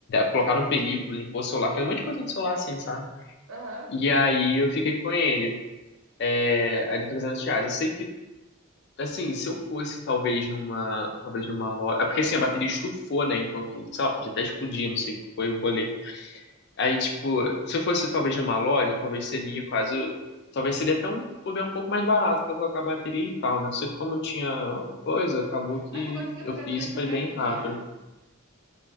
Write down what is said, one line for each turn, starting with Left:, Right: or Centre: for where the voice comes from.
Left: colocaram película, limpou o celular, fez um monte de coisa no celular assim, sabe?
Right: Aham.
Left: E aí eu fiquei com ele. É, aí deu 300 reais. Eu sei que, assim, se eu fosse talvez numa, talvez numa loja. É porque assim, a bateria estufou, né? Então, sei lá, podia até explodir, não sei o que foi o rolê. Aí, tipo, se fosse talvez numa loja, talvez seria quase. Talvez seria até um bobear um pouco mais barato pra trocar a bateria e tal, né? Só que como eu tinha coisa, acabou que
Right: Mas você conseguiu
Left: eu
Right: fazer
Left: fiz
Right: tudo isso
Left: e foi
Right: no mesmo
Left: bem
Right: dia?
Left: rápido.